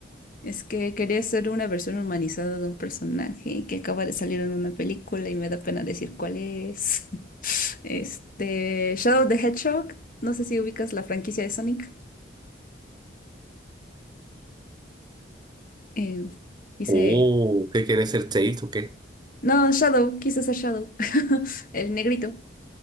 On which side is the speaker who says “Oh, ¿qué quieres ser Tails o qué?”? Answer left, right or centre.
Right